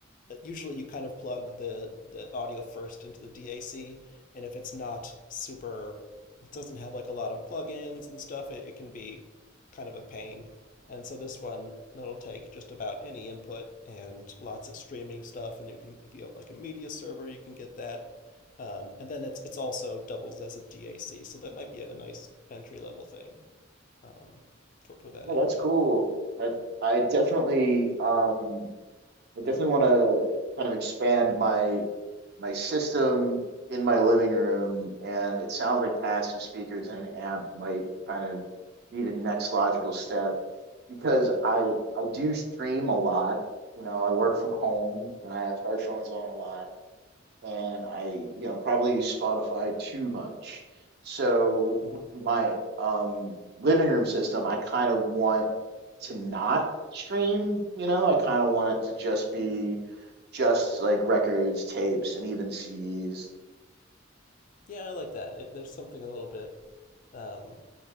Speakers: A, on the left (about 40°); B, on the right (about 55°).
A: usually you kind of plug the the audio first into the DAC, and if it's not super, it doesn't have like a lot of plugins and stuff, it, it can be kind of a pain. And so this one that'll take just about any input and lots of streaming stuff, and you can if you have like a media server, you can get that. Um, and then it's it's also doubles as a DAC, so that might be a nice entry level thing um, for for that
B: No,
A: area.
B: that's cool. That I definitely um I definitely want to kind of expand my my system in my living room and it sounds like passive speakers and an amp might kind of be the next logical step because I I do stream a lot. You know, I work from home and I have headphones on a lot. and I, you know, probably use Spotify too much. So
A: hmm
B: my um, living room system, I kind of want to not stream, you know, I kind of want it to just be just like records, tapes, and even CDs.
A: Yeah, I like that. It, there's something a little bit um,